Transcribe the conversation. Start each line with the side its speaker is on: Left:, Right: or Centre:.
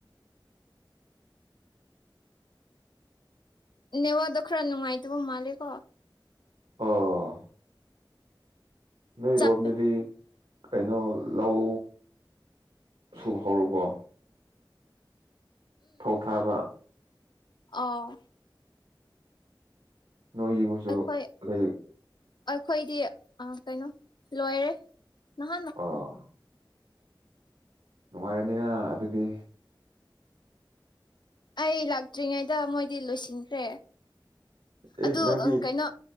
Left: ꯅꯦꯋꯥꯗ ꯈꯔ ꯅꯨꯡꯉꯥꯏꯇꯕ ꯃꯥꯂꯦꯀꯣ
Right: ꯑꯥ ꯅꯣꯢꯔꯣꯝꯗꯗꯤ
Left: ꯆꯞꯄꯦ
Right: ꯀꯩꯅꯣ ꯂꯧ ꯁꯨꯕ ꯍꯧꯔꯕꯣ ꯐꯧ ꯊꯥꯕ
Left: ꯑꯧ
Right: ꯅꯣꯏ ꯌꯦꯡꯕꯁꯨ
Left: ꯑꯩꯈꯣꯏ
Right: ꯂꯩ
Left: ꯑꯩꯈꯣꯏꯗꯤ ꯀꯩꯅꯣ ꯂꯣꯏꯔꯦ ꯅꯍꯥꯟꯅ
Right: ꯑꯥ ꯅꯨꯡꯉꯥꯏꯔꯕꯝꯅꯤꯅ ꯑꯗꯨꯗꯤ
Left: ꯑꯩ ꯂꯥꯛꯇ꯭ꯔꯤꯉꯩꯗ ꯃꯣꯏꯗꯤ ꯂꯣꯏꯁꯤꯟꯈ꯭ꯔꯦ
Right: ꯑꯦ
Left: ꯑꯗꯨ
Right: ꯅꯪꯗꯤ
Left: ꯀꯩꯅꯣ